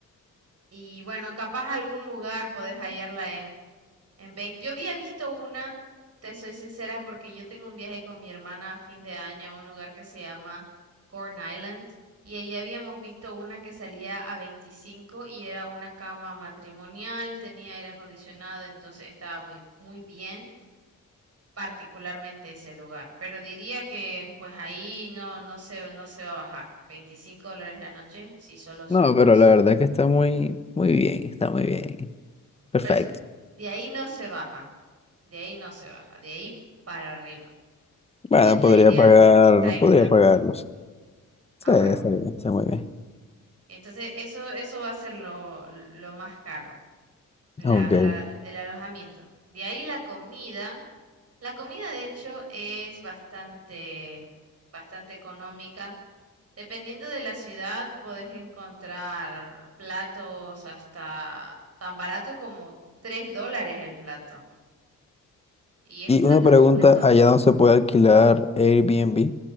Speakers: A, on the right; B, on the left.
A: Y bueno, capaz algún lugar podés hallarla en en 20. yo había visto una, te soy sincera, porque yo tengo un viaje con mi hermana a fin de año a un lugar que se llama Corn Island y ahí habíamos visto una que salía a 25 y era una cama matrimonial, tenía aire acondicionado, entonces estaba muy muy bien, particularmente ese lugar. Pero diría que pues ahí no no se no se va a bajar. veinticinco dólares la noche si solo sos
B: No,
A: vos.
B: pero la verdad que está muy, muy bien, está muy bien. Perfecto.
A: Por eso, de ahí no se baja, de ahí no se baja, de ahí para arriba.
B: Bueno,
A: Yo te
B: podría
A: diría
B: pagar,
A: 30.
B: podría pagarlos. Sí,
A: Ah,
B: está
A: bueno.
B: bien, está muy bien.
A: Entonces, eso, eso va a ser lo, lo más caro, la-
B: Ok.
A: la- el alojamiento. De ahí la comida. La comida, de hecho, es bastante, bastante económica. Dependiendo de la ciudad, puedes encontrar platos hasta tan barato como 3 dólares el plato. Y es
B: Y
A: un plato
B: una pregunta,
A: completo.
B: ¿allá no se puede alquilar Airbnb?